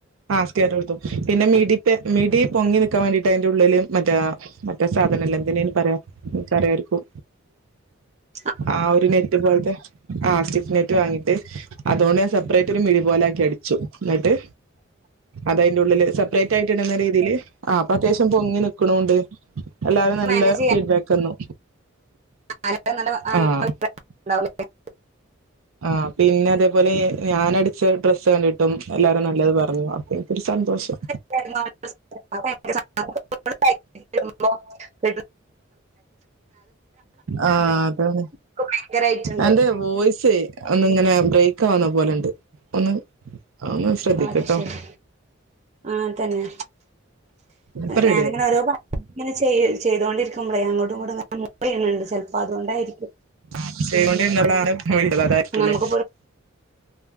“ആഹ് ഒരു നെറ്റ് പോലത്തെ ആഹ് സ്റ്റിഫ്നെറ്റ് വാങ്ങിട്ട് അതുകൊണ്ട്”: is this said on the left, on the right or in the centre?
Right